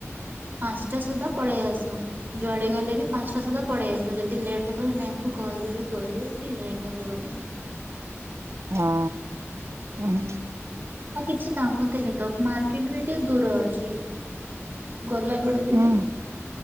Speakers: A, on the right; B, on the right.
A: ପାଞ୍ଚଟା ସୁଦ୍ଧା ପଳେଇ ଆସୁ। ଯୁଆଡେ ଗଲେ ବି ପାଞ୍ଚଟା ସୁଦ୍ଧା ପଳେଇ ଆଶୁ ଯଦି ଲେଟ୍ ହବ ମ୍ୟାମ କୁ କଲ୍ କରିକି କହିଦଉ କି ଲେଟ୍ ହବ ବୋଲି।
B: ହଁ ଉ
A: ହୁଁ
B: ହୁ
A: ଆଉ କିଛି କାମ ଥିଲେ ତ ମାର୍କେଟ ବି ଟିକେ ଦୂର ଅଛି। ଗୋଲା ବେଡକୁ
B: ହୁଁ
A: ବି